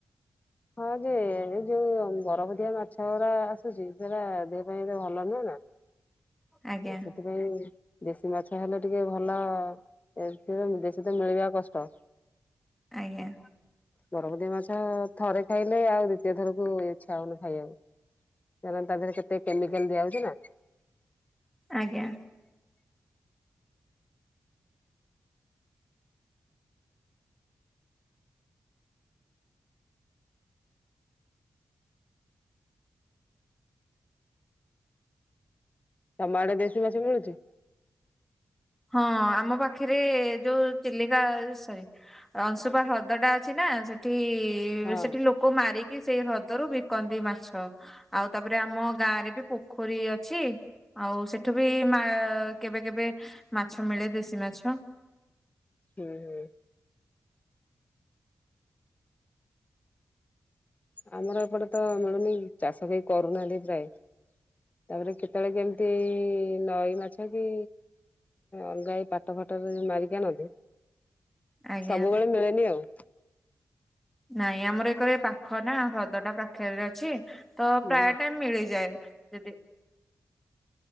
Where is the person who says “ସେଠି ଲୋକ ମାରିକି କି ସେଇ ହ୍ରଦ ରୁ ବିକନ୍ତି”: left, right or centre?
Centre